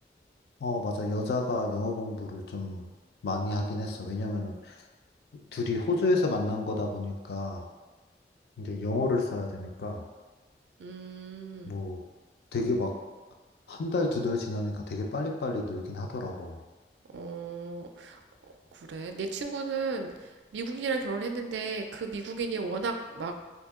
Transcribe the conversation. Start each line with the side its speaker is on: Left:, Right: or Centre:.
Left: 어, 맞아. 여자가 영어 공부를 좀 많이 하긴 했어. 왜냐면은 둘이 호주에서 만난 거다 보니까, 이제 영어를 써야 되니까,
Right: 음,
Left: 뭐, 되게 막 한 달, 두 달 지나니까 되게 빨리빨리 늘긴 하더라고.
Right: 어, 그래. 내 친구는 미국인이랑 결혼했는데 그 미국인이 워낙 막